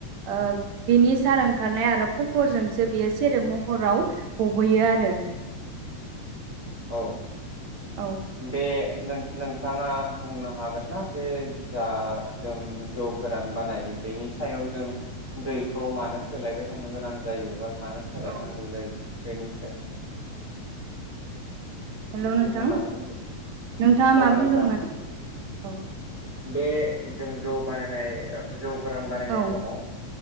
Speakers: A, on the right; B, on the right.
A: बिनि सार ओंखारनाय आरो कफरजोंसो बियो सेरेब महराव गबोयो आरो।
B: औ।
A: औ
B: बे नोंथाङा बुंनो हागोन ना बे जा जों जौ गोरान बानायो बेनि सायाव जों दैखौ मानो सोलायबाय थानो गोनां जायोबा। मानो सोलायनांगौ
A: औ
B: जायो? बेनि सायाव।
A: हेल'
B: एसे
A: नोंथां
B: बुंनानै होदो नोंथां
A: नोंथाङा
B: औ
A: मा
B: नोंथां
A: बुंदोंमोन? औ।
B: बे जों जौ बानायनाय। जौ गोरान बानायनाय
A: औ
B: समाव